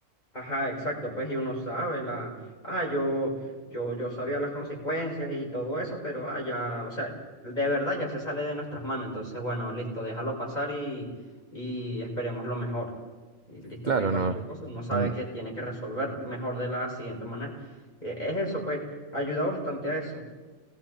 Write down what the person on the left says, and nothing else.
Ajá, exacto, pues y uno sabe la, ah, yo, yo, yo sabía las consecuencias y todo eso, pero ah, ya, o sea, de verdad ya se sale de nuestras manos, entonces bueno, listo, déjalo pasar y, y esperemos lo mejor. Y listo,
pues y cualquier
cosa, uno sabe
que tiene que resolver mejor de la siguiente manera. E- Es eso, pues, ayuda bastante a eso.